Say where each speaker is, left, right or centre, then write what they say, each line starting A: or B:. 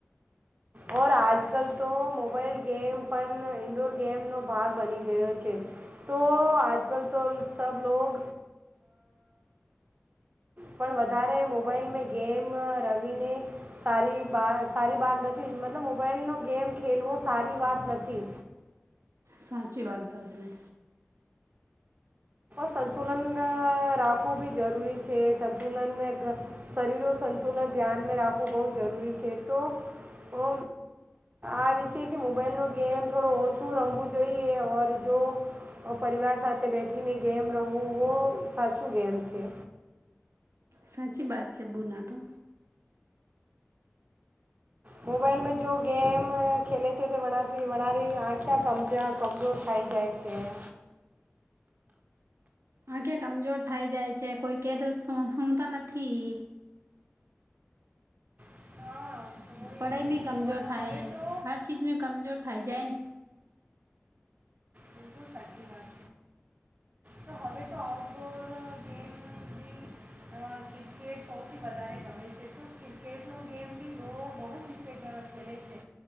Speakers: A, on the right; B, on the right.
A: ઓર આજકાલ તો મોબાઈલ ગેમ પણ ઇન્ડોર ગેમનો ભાગ બની ગયો છે તો આજ કલ તો ઈ સબ લોગ પણ વધારે મોબાઈલ મે ગેમ રમીને સારી સારી વાત નથી મતલબ મોબાઈલ નો ગેમ ખેલવો સારી વાત નથી
B: સાચી વાત છે
A: સંતુલન રાખવું બી જરૂરી છે સંતુલનને શરીર સંતુલન ધ્યાનમાં રાખવું બહુ જરૂરી છે તો ઓ આ છે કે મોબાઈલ નો ગેમ થોડો ઓછું રમવું જોઈએ જો પરિવાર સાથે બેઠીને ગેમ રમવું વ સાચું ગેમ છે
B: સાચી બાત છે બોલના તો
A: મોબાઈલમાં જો ગેમ ખેલે છે તો વતી વરી આંખ્યા કમજોર થઈ જાય છે તે
B: આખે કમજોર થાય જાય છે કોઈ કે તો સુણતા નથી
A: હા, તો હોય
B: પઢઈમાં
A: જ રહે છે.
B: કમજોર
A: ઓર
B: થાય
A: હવે તો
B: હર ચીજ મે કમજોર થાય જૈન
A: બિલકુલ સાચી વાત તો હવે તો આઉટડોર ગેમ બ ક્રિકેટ સૌથી વધારે ગમે છે તો ક્રિકેટનો ગેમ બી લોકો બહુ રીતે ખેલે છે